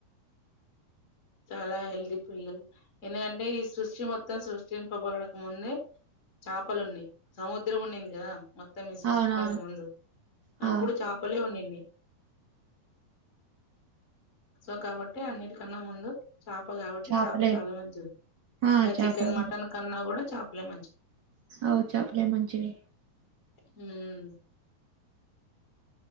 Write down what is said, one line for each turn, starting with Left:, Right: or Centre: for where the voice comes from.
Left: చాలా హెల్తీ పిల్లలు ఎందుకంటే ఈ సృష్టి మొత్తం సృష్టింప పడక ముందే చేపలు ఉన్నాయి సముద్రం ఉన్నింది కదా మొత్తం మీ సృష్టి
Right: అవునవును
Left: కంటే ముందు అప్పుడు
Right: ఆ
Left: చేపలే ఉన్నింది సో కాబట్టి అన్నిటికన్నా ముందు చేప కాబట్టి
Right: చేపలే
Left: చేప చాలా మంచిది
Right: ఆ
Left: ఇంకా
Right: చేపలే
Left: చికెన్ మటన్ కన్నా కూడా చేపలే మంచిది
Right: ఔ చాపలే మంచివి
Left: హ్మ్మ్